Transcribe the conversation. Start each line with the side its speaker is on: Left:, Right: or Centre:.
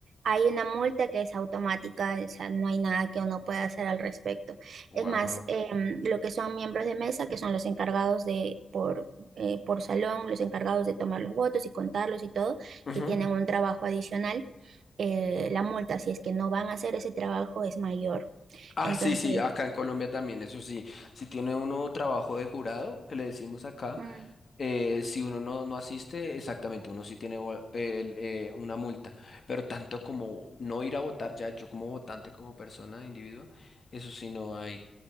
Right: Hay una multa que es automática, o sea, no hay nada que uno pueda hacer al respecto.
Left: Wow.
Right: Es más, em, lo que son miembros de mesa, que son los encargados de, por, eh, por salón, los encargados de tomar los votos y contarlos y todo,
Left: Ujú.
Right: que tienen un trabajo adicional, eh, la multa, si es que no van a hacer ese trabajo, es mayor.
Left: Ah,
Right: Entonces,
Left: sí, sí, acá en Colombia también, eso sí. Si tiene uno trabajo de jurado, que le decimos acá,
Right: mm,
Left: eh, si uno no, no asiste, exactamente, uno sí tiene vo- el, eh, una multa. Pero tanto como no ir a votar ya, yo como votante, como persona, individuo, eso sí no hay.